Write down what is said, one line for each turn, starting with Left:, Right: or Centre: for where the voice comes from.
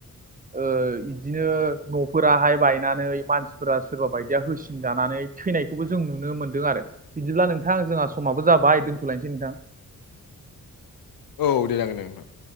Right: ओ बिदिनो न'फोराहाय बायनानै मानसिफोरा सोरबा बायदिया होसिनजानानै थैनायखौबो जों नुनो मोनदों आरो बिदिब्ला नोंथां जोंहा समाबो जाबाय दोनथ'लायनोसै नोंथां।
Left: औ दे जांगोन दे नोंथां